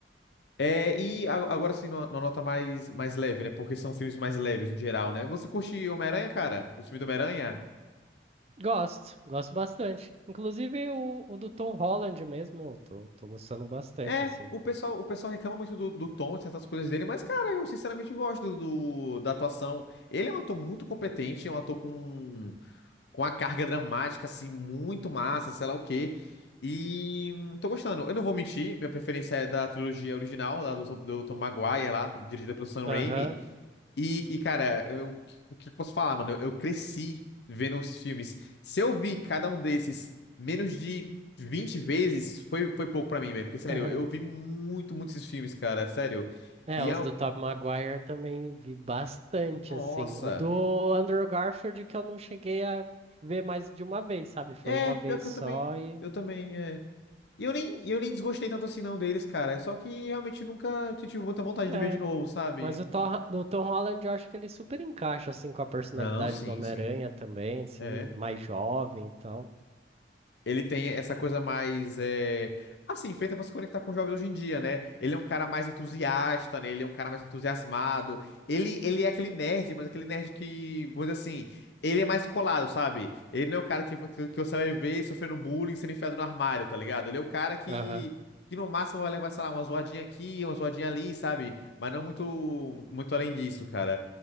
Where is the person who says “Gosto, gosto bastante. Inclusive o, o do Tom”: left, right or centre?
Right